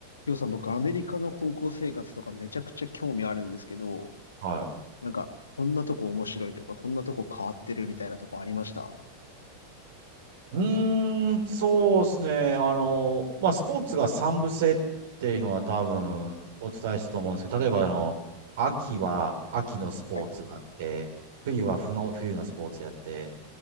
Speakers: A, on the left (about 75°); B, on the right (about 55°).
A: りょうさん、僕、アメリカの高校生活とかめちゃくちゃ興味あるんですけど、
B: はい。
A: なんか、こんなとこ面白いとか、こんなとこ変わってるみたいなとこありました
B: うーん、そうですね。あの、まあ、スポーツが三部制っていうのは多分お伝えしたと思うんですけど、例えばあの、秋は秋のスポーツがあって、
A: はい、
B: 冬は冬の、冬のスポーツやって、